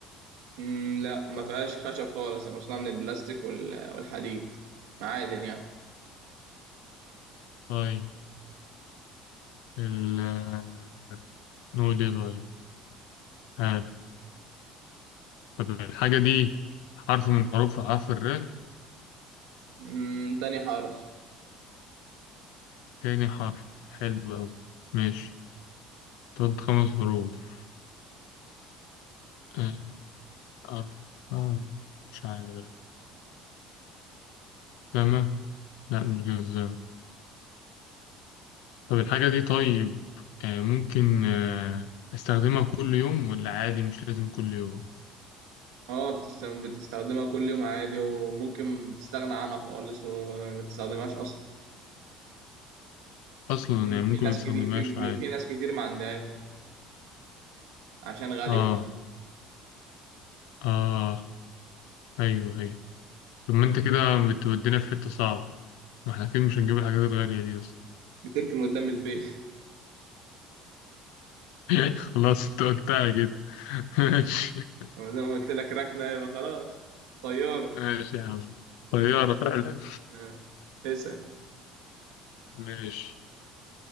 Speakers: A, on the right; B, on the left.
A: مم، لا ما فيهاش خشب خالص مصنوع من البلاستيك وال- والحديد معادن يعني
B: طيب ال آه، نقول ايه طيب عارف. طب الحاجة دي حرف من حروف حرف الر
A: مم، تاني حرف
B: تاني حرف حلو أوي ماشي تقعد خمس حروف آه، أربعة مش عارف جزمة لا مش جزمة طب الحاجة دي طيب آه، ممكن آه، أستخدمها كل يوم ولا عادي مش لازم كل يوم
A: اه بتستخدم بتستخدمها كل يوم عادي وممكن تستغنى عنها خالص وما تستخدمهاش اصلا
B: أصلا
A: في
B: يعني ممكن
A: في ناس
B: ما أستخدمهاش
A: كتير في
B: عادي
A: في ناس كتير ما عندهاش عشان غالية
B: آه آه أيوه أيوه طب ما أنت كده بتودينا في حتة صعبة ما احنا أكيد مش هنجيب الحاجات الغالية دي أصلا
A: بتركن قدام البيت <laughs>
B: <laughs> خلاص انت قلتها كده <laughs> ماشي
A: زي ما قلت لك ركنة يبقى خلاص طيارة
B: ماشي يا عم طيارة فعلا
A: آه. اسأل
B: ماشي